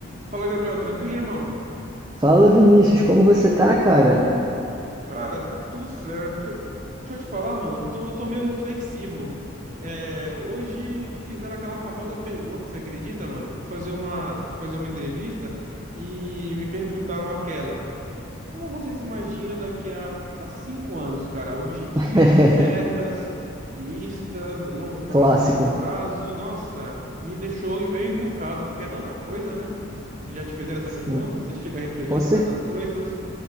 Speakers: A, on the right; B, on the right.
A: Fala, Gabriel, tranquilo, irmão?
B: Fala Vinícius, como você tá, cara?
A: Cara, tudo certo. Fe- Deixa eu te falar, mano, tô, tô meio reflexivo. É, hoje me fizeram aquela famosa pergunta, você acredita, mano? Fui fazer uma, fui fazer uma entrevista e me perguntaram aquela: Como você se imagina daqui a, a cinco anos, cara? Objetivos,
B: <laughs>
A: metas, listas, longo prazo,
B: Clássico.
A: curto prazo. Nossa, me deixou meio encucado, porque é tanta coisa, né? Já te fizeram essa
B: Sim,
A: pergunta? Você chega a refletir
B: com
A: sobre
B: cer-
A: essas coisas?